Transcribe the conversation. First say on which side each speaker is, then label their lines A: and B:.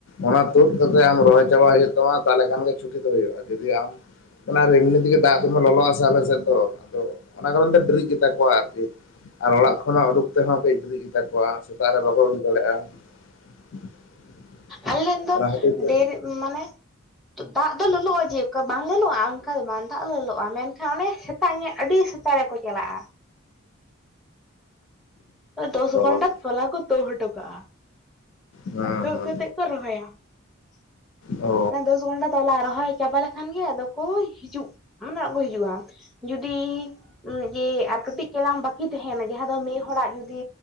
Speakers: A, on the left (about 60°); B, in the centre.
A: ᱚᱱᱟ ᱛᱩᱫ ᱠᱟᱛᱮᱜ ᱟᱢ ᱨᱚᱦᱚᱭ ᱪᱟᱵᱟ ᱦᱩᱭᱩᱜᱜ ᱛᱟᱢᱟ ᱛᱟᱦᱚᱞᱮ ᱠᱷᱟᱱ ᱜᱮ ᱪᱷᱩᱴᱤ ᱫᱚ ᱦᱩᱭᱩᱜᱼᱟ, ᱡᱩᱚᱫᱤ ᱟᱢ ᱼᱼ ᱚᱱᱟ ᱨᱮ ᱮᱤᱢᱱᱤ ᱛᱮᱜᱮ ᱫᱟᱜ ᱫᱚᱢᱮ ᱞᱚᱞᱚᱼᱟ ᱥᱮ ᱟᱞᱮᱥᱮᱫ ᱫᱚ ᱟᱫᱚ ᱚᱱᱟ ᱠᱟᱨᱚᱱ ᱛᱮ ᱰᱮᱨᱤᱡ ᱜᱮᱛᱟ ᱠᱚᱣᱟ ᱟᱨᱠᱤ ᱾ ᱟᱨ ᱚᱲᱟᱜ ᱠᱷᱚᱱᱟᱜ ᱩᱰᱩᱠ ᱛᱮᱦᱚᱸ ᱠᱟᱹᱡ ᱫᱮᱨᱤᱜ ᱜᱮᱛᱟ ᱠᱚᱣᱟ ᱥᱮᱛᱟᱜ ᱨᱮ ᱵᱟᱠᱚ ᱩᱰᱩᱠ ᱫᱟᱲᱮᱜᱼᱟ ᱾ <inaudible>
B: ᱟᱞᱮ ᱨᱮᱱ ᱫᱚ
A: ᱚᱱᱟ ᱠᱷᱟᱹᱛᱤᱨ ᱛᱮ
B: ᱰᱮᱨᱤ ᱢᱟᱱᱮ ᱾ ᱫᱟᱜ ᱫᱚ ᱞᱚᱞᱚᱜᱼᱟ ᱡᱮᱠᱟ ᱵᱟᱝ ᱞᱚᱞᱩᱜᱼᱟ, ᱚᱱᱠᱟ ᱫᱚ ᱵᱟᱝ ᱫᱟᱜ ᱞᱚᱞᱚᱜᱼᱟ, ᱢᱮᱱᱠᱷᱟᱱ ᱚᱱᱮ ᱼᱼ ᱥᱮᱛᱟᱜ ᱧᱚᱜ, ᱟᱹᱰᱤ ᱥᱮᱛᱟᱜ ᱨᱮᱠᱚ ᱪᱟᱞᱟᱜᱼᱟ ᱾ ᱟᱨ ᱫᱚᱥ
A: ᱦᱳᱭ
B: ᱜᱷᱚᱱᱴᱟ ᱾ ᱛᱚᱞᱟ ᱠᱚ ᱛᱳᱫ ᱦᱚᱴᱚ ᱠᱟᱜᱼᱟ,
A: ᱦᱩᱸ
B: ᱟᱨ ᱛᱳᱫ
A: ᱦᱩᱸ
B: ᱠᱟᱛᱮ ᱠᱚ ᱨᱚᱦᱚᱭᱟ ᱾
A: ᱚ
B: ᱚᱱᱟ ᱫᱚᱥ ᱜᱚᱱᱰᱟ ᱾ ᱛᱚᱞᱟ ᱨᱚᱦᱚᱭ ᱪᱟᱵᱟ ᱞᱮᱠᱷᱟᱱ ᱜᱮ ᱟᱫᱚ ᱠᱚ ᱦᱤᱡᱩᱜ ᱢᱟᱱᱮ ᱠᱚ ᱦᱤᱡᱩᱜᱼᱟ, ᱡᱩᱫᱤ ᱼᱼ ᱡᱮ ᱟᱨ ᱠᱟᱹᱴᱤᱡ ᱪᱟᱞᱟᱝ ᱵᱟᱠᱤ ᱛᱟᱦᱮᱭᱮᱱᱟ ᱡᱟᱦᱟᱸ ᱫᱚ ᱢᱤᱫ ᱦᱚᱲᱟᱜ ᱡᱩᱫᱤ